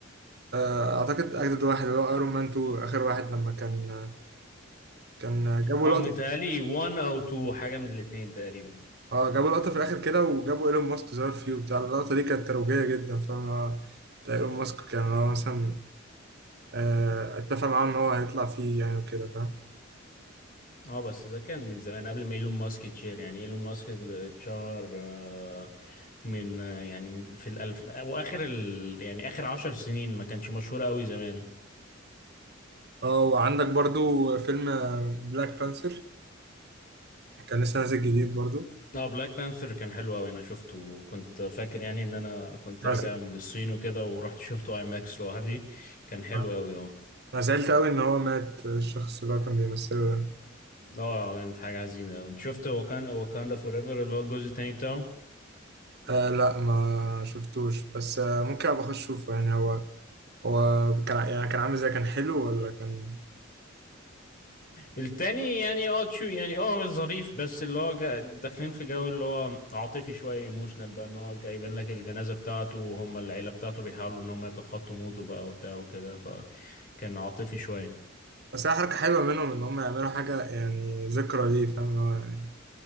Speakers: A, on the right (about 55°); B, on the left (about 45°).
A: آه، اعتقد اجدد واحد اللي هو ايرون مان 2 اخر واحد لما كان كان جابوا
B: اه
A: لقطة
B: متهيألي 1 او 2 حاجة من الاتنين تقريبا
A: اه جابوا لقطة في الاخر كده وجابوا ايلون ماسك ظهر فيه وبتاع اللقطة دي كانت ترويجية جدا فاهم بتاع ايلون ماسك كان هو مثلا آه، اتفق معاه ان هو هيطلع فيه يعني وكده فاهم
B: اه بس ده كان من زمان قبل ما ايلون ماسك يتشير يعني ايلون ماسك اللي اتشهر آه، من آه، يعني من- في الالف واخر ال... يعني اخر عشر سنين ما كانش مشهور قوي زمان
A: اه وعندك برضو فيلم بلاك بانثر كان لسه نازل جديد برضو
B: اه بلاك بانثر كان حلو قوي انا شفته وكنت فاكر يعني ان انا كنت
A: بس
B: راجع من الصين وكده ورحت شفته اي ماكس لوحدي كان حلو
A: آه،
B: قوي اه
A: انا زعلت قوي ان هو مات آه، الشخص اللي هو كان بيمثله ده
B: اه كانت حاجة حزينة انت شفت وكان واكاندا فور ايفر اللي هو الجزء التاني بتاعه
A: آه لا ما شفتوش بس آه ممكن ابقى اخش اشوفه يعني هو هو كان يعني كان عامل ازاي كان حلو ولا كان
B: التاني يعني اه تشو يعني اه ظريف بس اللي هو جا- داخلين في جو اللي هو عاطفي شوية ايموشنال بقى ان هو جايبين لك الجنازة بتاعته وهم العيلة بتاعته بيحاولوا ان هم يتخطوا موته بقى وبتاع وكده فكان عاطفي شوية
A: بس هي حركة حلوة منهم ان هم يعملوا حاجة يعني ذكرى ليه فاهم اللي هو يعني